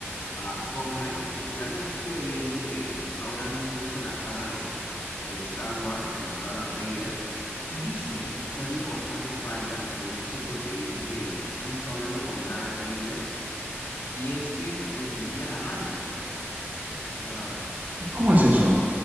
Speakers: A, on the left; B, on the right.
A: a Fortnite, porque algo así estuve viendo que ahora han puesto la saga de, de Star Wars, donde está Darth Vader. Y dicen que ha habido bastantes fallas con eso porque dicen que han estado hablando con Darth Vader y este les metía la madre. O sea,
B: ¿Cómo es eso?